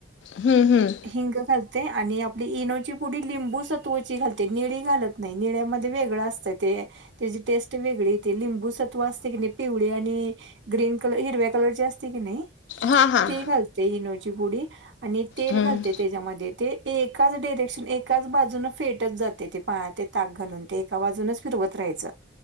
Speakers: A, on the left; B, on the right.
A: हम्म हम्म....
B: हिंग घालते आणि आपली इनोची पुडी लिंबू सत्वाची घालते निळी घालत..... नाही निळ्यामध्ये वेगळं असतय.... त्याची टेस्ट वेगळी येते लिंबू सत्व असते की नाही पिवळे आणि..... ग्रीन कलर हिरव्या कलर असते की नाही
A: हां हां
B: ती घालते इनोची पुडी.... आणि तेल
A: हम्म
B: घालते त्याच्यामध्ये.... ते एकाच डायरेक्शन एकाच बाजून फेटत जाते ते पाण्यात ते ताक घालून..... एकाजून फिरवत राय